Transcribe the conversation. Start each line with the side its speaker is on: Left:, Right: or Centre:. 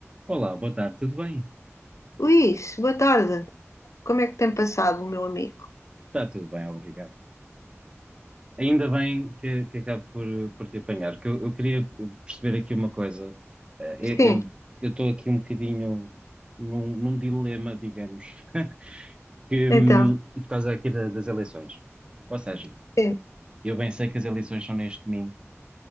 Right: Olá, boa tarde, tudo bem?
Left: Luís, boa tarde. Como é que tem passado, meu amigo?
Right: Está tudo bem, obrigado. Ainda bem que, que acabo por, por te apanhar, que eu, eu queria perceber aqui uma coisa. Eh,
Left: Sim,
Right: Eu eu estou aqui um bocadinho num, num dilema, digamos, que,
Left: então,
Right: hum, por causa aqui da- das eleições. Ou seja,
Left: sim,
Right: eu bem sei que as eleições são neste domingo,